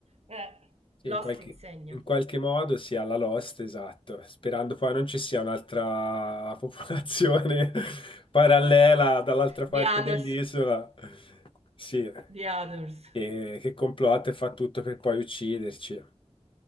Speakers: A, on the right (about 70°); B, on the left (about 50°).
A: eh,
B: Sì,
A: Lost
B: in qualche,
A: insegna
B: in qualche modo sia la Lost, esatto, sperando poi non ci sia un'altra <laughs> popolazione parallela dall'altra parte
A: The Others
B: dell'isola, sì,
A: The Others
B: che, che complotta e fa tutto per poi ucciderci.